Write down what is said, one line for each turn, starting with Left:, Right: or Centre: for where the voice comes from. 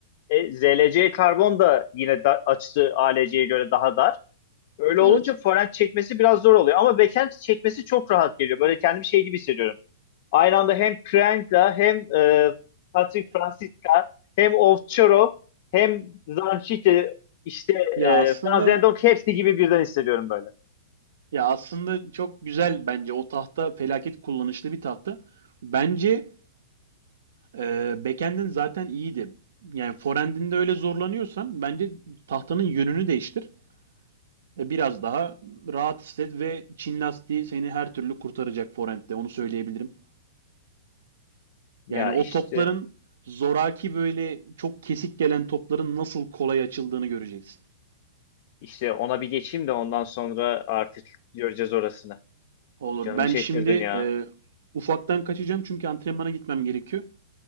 Left: E, ZLC karbon da yine da, açtığı ALC'ye göre daha dar. Öyle olunca
Right: Evet.
Left: forend çekmesi biraz zor oluyor. Ama backend çekmesi çok rahat geliyor. Böyle kendimi şey gibi hissediyorum. Aynı anda hem Priyanka hem e, Patrick Francisca hem Ovcharo hem Zanchite işte
Right: Ya
Left: e,
Right: aslında
Left: Franz Lindor hepsi gibi birden hissediyorum böyle.
Right: ya aslında çok güzel bence o tahta felaket kullanışlı bir tahta. Bence e, backend'in zaten iyiydi. Yani forend'inde öyle zorlanıyorsan bence tahtanın yönünü değiştir. E, biraz daha rahat hisset ve Çin lastiği seni her türlü kurtaracak forend'de onu söyleyebilirim.
Left: Ya
Right: Yani o
Left: işte
Right: topların zoraki böyle çok kesik gelen topların nasıl kolay açıldığını göreceksin.
Left: işte ona bir geçeyim de ondan sonra artık göreceğiz orasını.
Right: Olur.
Left: Canımı
Right: Ben
Left: çektirdin
Right: şimdi
Left: ya.
Right: e, ufaktan kaçacağım çünkü antrenmana gitmem gerekiyor.